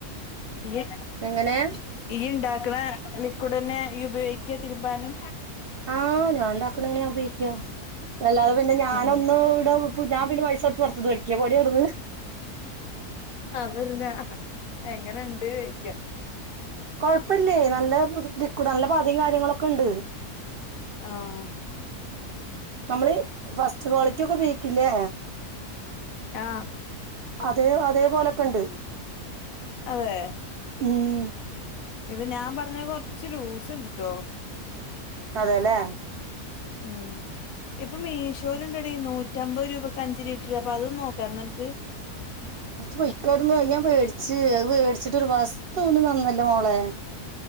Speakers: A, on the left; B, on the right.
A: യ്യ്
B: എങ്ങനെ
A: യ്യ്ണ്ടാ ക്ണേ ലിക്വിഡെന്നെ യ്യ് ഉപയോക്ക തിരുമ്പാന്
B: ആഹ് ഞാണ്ടാക്കണന്നെ ഞാ ഉ പയോഗിക്കാ അല്ലാതെ പിന്നെ ഞാനൊന്നുടെ
A: ഉം ഉം
B: പു ഞാ പിന്നെപൈസൊട്ത്ത് പുറത്തന്നേടിക്കെ പോടീയവ്ടന്ന്.
A: അതല്ല എങ്ങനുണ്ട് ക്യാ
B: കൊഴപ്പല്ലേ നല്ല ലിക്യുഡാ നല്ല പതിം കാര്യങ്ങളൊക്കെണ്ട്.
A: ആഹ്
B: നമ്മള് ഫസ്റ്റ് ക്വാളിറ്റി ഒക്കെ ഉപയോഗിക്കില്ലേ
A: ആഹ്
B: അതെ അതേപോലെക്കെ ഉണ്ട്
A: അതെ
B: ഉം
A: ഇത് ഞാൻ പറഞ്ഞ കൊറച്ച് ലൂസ് ഉണ്ട്ട്ടോ
B: അതെല്ലേ
A: ഉം ഇപ്പം മീശോയിലുണ്ടെടി നൂറ്റ നൂറ്റമ്പത് രൂപയ്ക്ക് അഞ്ച് ലിറ്റർ അപ്പൊ അതൊന്ന് നോക്കാം നിനക്ക്
B: പൊയിക്കോവിന്ന് ഞാൻ പേടിച്ചച്ച് അത് വേടിച്ചിട്ട ഒരു വസ്തുന നന്നല്ലോ മോളെ